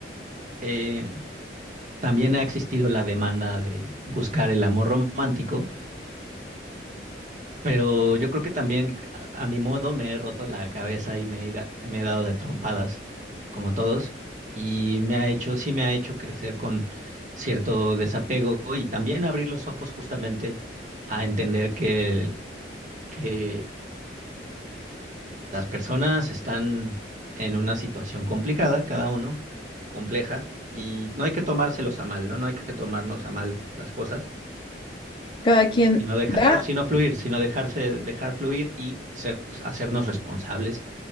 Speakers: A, on the right (about 45°); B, on the left (about 25°).
A: eh, También ha existido la demanda de buscar el amor romántico, pero yo creo que también a, a mi modo me he roto la cabeza y me he, da- me he dado de trompadas, como todos, y me ha hecho, sí me ha hecho crecer con cierto desapego y también abrir los ojos justamente a entender que, el- que las personas están en una situación complicada, cada uno, compleja, y no hay que tomárselos a mal, ¿no? No hay que tomarnos a mal las cosas
B: Cada quien
A: Sino dejar,
B: da,
A: sino fluir, sino dejarse, dejar fluir y ser, hacernos responsables